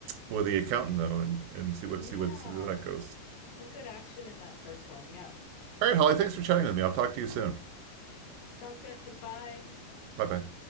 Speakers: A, on the right; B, on the left.
A: with the accountant though, and, and see what
B: Yeah.
A: see what see where that goes.
B: Some good action in that first one. Yeah.
A: All right, Holly, thanks for chatting with me. I'll talk to you soon.
B: Sounds good. Bye.
A: Bye bye.